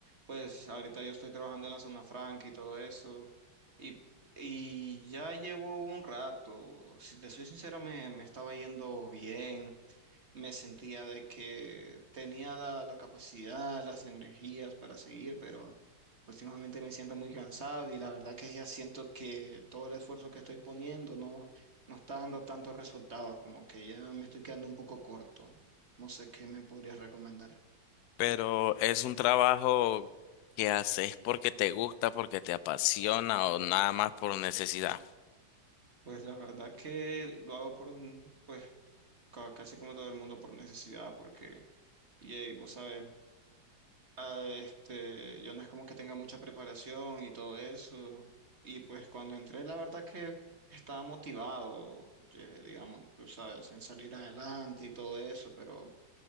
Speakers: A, on the right; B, on the left.
A: pues ahorita yo estoy trabajando en la zona franca y todo eso. Y, y ya llevo un rato, si te soy sincero, me, me estaba yendo bien. Me sentía de que tenía la, la capacidad, las energías para seguir, pero... Últimamente me siento muy cansado y la verdad que ya siento que todo el esfuerzo que estoy poniendo no, no está dando tantos resultados, como que ya me estoy quedando un poco corto. No sé qué me podrías recomendar.
B: Pero es un trabajo que haces porque te gusta, porque te apasiona o nada más por necesidad.
A: Pues la verdad que lo hago por, pues ca- casi como todo el mundo por necesidad, porque, y vos sabes, Ah, este, yo no es como que tenga mucha preparación y todo eso. Y pues cuando entré, la verdad que estaba motivado, eh, digamos, tú sabes, en salir adelante y todo eso, pero